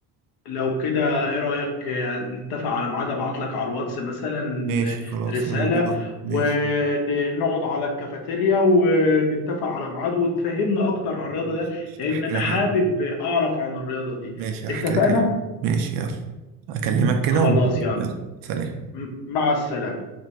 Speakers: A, on the left; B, on the right.
A: لو كده ايه رأيك آه، نتفق على ميعاد ابعت لك على الواتس مثلا
B: ماشي خلاص
A: رسالة
B: يلا بينا ماشي
A: ونقعد على الكافيتيريا ونتفق على ميعاد وتفهمنا اكتر عن الرياضة
B: ماشي
A: ديت
B: ماشي.
A: لان
B: احكي
A: انا
B: لك
A: حابب
B: عليه
A: اعرف عن الرياضة دي
B: ماشي هحكي
A: اتفقنا
B: لك ليه ماشي يلا اكلمك
A: خلاص
B: كده ونبقى
A: يلا
B: يلا سلام
A: م- مع السلامة